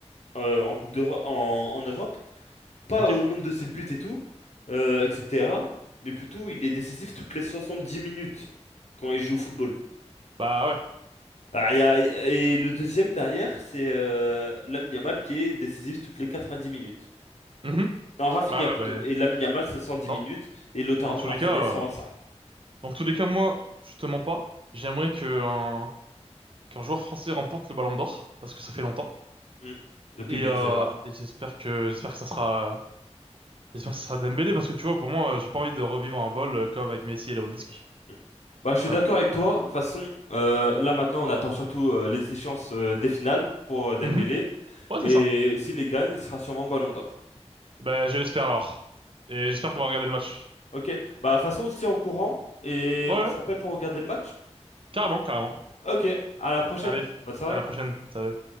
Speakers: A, on the left; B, on the right.
A: euh, en Coupe d'Europe, en, en Europe. Pas
B: Ok?
A: au nombre de ses buts et tout, euh, etc. Mais plutôt, il est décisif toutes les 70 minutes quand il joue au football.
B: Bah ouais.
A: Ah, il y a- et le deuxième derrière, c'est euh, Lamine Yamal qui est décisif toutes les 90 minutes.
B: Mhm.
A: Non, Rafinha
B: Bah,
A: plutôt.
B: ouais, bah,
A: Et Lamine Yamal, c'est 110
B: dans,
A: minutes. Et Lautaro
B: dans tous
A: Martinez,
B: les cas,
A: 125.
B: euh, dans tous les cas, moi, justement pas. J'aimerais que un, qu'un joueur français remporte le Ballon d'Or, parce que ça fait longtemps.
A: Mm. Depuis
B: Et,
A: Benzema.
B: euh, et j'espère que j'espère que ça sera j'espère que ça sera Dembélé, parce que tu vois, pour moi, euh, j'ai pas envie de revivre un vol euh, comme avec Messi et Lewandowski.
A: Mm. Bah, je suis
B: Ça,
A: d'accord
B: non.
A: avec toi. De toute façon, euh, là maintenant, on attend surtout euh, les échéances euh, des finales pour euh, Dembélé.
B: Mhm. Ouais,
A: Et
B: c'est ça.
A: s'il les gagne, il sera sûrement Ballon d'Or.
B: Bah, je l'espère alors. Et j'espère qu'on va regarder le match.
A: Ok. Bah, de toute façon, on se tient au courant et
B: Ouais,
A: on s'appelle
B: ouais,
A: pour regarder le match.
B: carrément, carrément.
A: Ok. À la prochaine.
B: Allez,
A: Bonne soirée.
B: à la prochaine. Salut.